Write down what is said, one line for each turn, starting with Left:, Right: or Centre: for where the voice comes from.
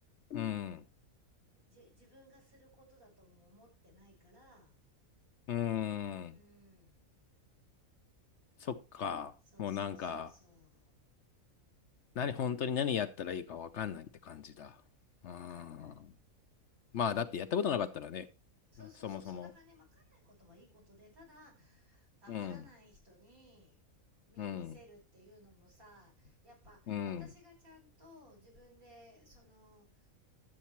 Left: うん。
Right: じ自分がすることだとも思ってないから、
Left: うん。
Right: うん。
Left: そっか。
Right: そうそうそうそう。
Left: もうなんか、何、本当に何やったらいいかわかんないって感じだ。うん。
Right: わかんない。
Left: まあ、だってやったことなかったらね、
Right: そうそうそうそう。
Left: そもそも。
Right: だからね、わかんないことはいいことで、ただ、わからない人に、
Left: うん。
Right: み見せるっていうのもさやっぱ私がちゃんと自分でその
Left: うん。うん。